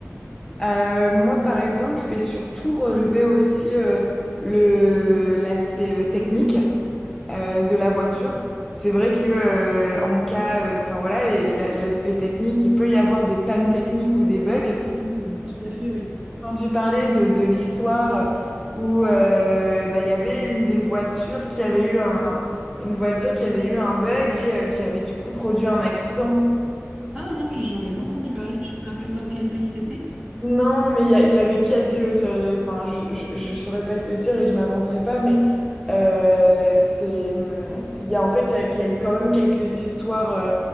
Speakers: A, in the centre; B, on the right (about 25°).
A: Euh, moi, par exemple, je vais surtout relever aussi euh, le l'aspect euh, technique euh, de la voiture. C'est vrai que euh, en cas, euh, enfin voilà, les- la- l'aspect technique, il peut y avoir des pannes techniques ou des bugs. J'ai
B: mm, tout à fait, oui.
A: entendu parler de, de l'histoire où euh, bah, il y avait une des voitures qui avait eu un une voiture qui avait eu un bug et euh, qui avait du coup produit un accident.
B: Ah non, je- j'en ai pas entendu parler. Tu te rappelles dans quel pays c'était?
A: Non, mais il y, a- il y avait quelques. ça- Enfin, je, je, je saurais pas te dire et je m'avancerai pas, mais euh, c'est. hum, Il y a en fait, il y a, il y a eu quand même quelques histoires, euh,